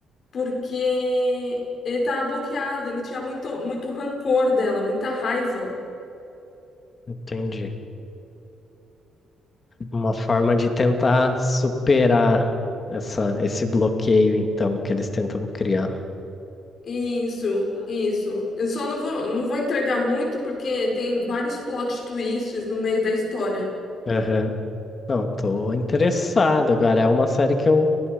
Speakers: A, on the left; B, on the left.
A: porque ele estava bloqueado, ele tinha muito, muito rancor dela, muita raiva.
B: entendi. Uma forma de tentar superar essa esse bloqueio então que eles tentam criar.
A: Isso, isso. Eu só não vou, não vou entregar muito porque tem vários plot twists no meio da história.
B: Aham. Não, tô interessado agora. É uma série que eu